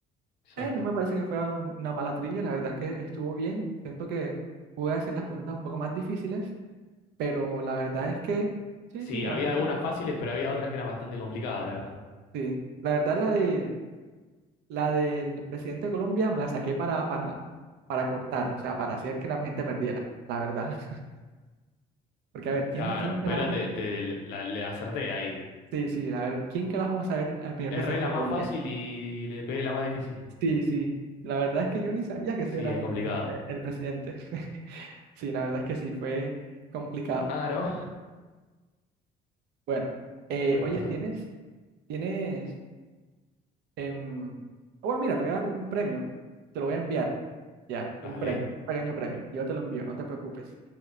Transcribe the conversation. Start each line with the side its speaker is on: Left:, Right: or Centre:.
Left: Exacto.
Right: Eh, no me parece que fuera un- una mala trivia, la verdad es que estuvo bien. Siento que pude hacer las preguntas un poco más difíciles, pero la verdad es que, sí,
Left: Sí,
Right: sí, la
Left: había
Right: verdad es
Left: algunas
Right: que sí. estuvo-
Left: fáciles, pero había otras que eran bastante complicadas, la verdad.
Right: Sí, la verdad la de la del presidente de Colombia me la saqué para, para, para cortar, o sea, para hacer que la gente perdiera, la verdad. <laughs> Porque a ver, ¿quién,
Left: Claro,
Right: quién carajo?
Left: pero te, te la- le acerté ahí.
Right: Sí, sí, a ver, ¿quién carajo va a saber al primer
Left: Erré
Right: presidente
Left: la
Right: de
Left: más
Right: Colombia?
Left: fácil y le pegué la más difícil.
Right: Sí, sí, la verdad es que yo ni sabía que ese
Left: Sí,
Right: era
Left: es
Right: mi-
Left: complicado.
Right: mi- el presidente. <laughs> Sí, la verdad es que sí, fue complicado.
Left: Ah, ¿no?
Right: Bueno, eh,
Left: <laughs> Puede
Right: oye,
Left: pasar.
Right: ¿tienes, tienes, em, ah, bueno, mira, te voy a dar un premio, te lo voy a enviar, ya, un
Left: Dale,
Right: premio, un pequeño premio, yo te lo envío, no te preocupes,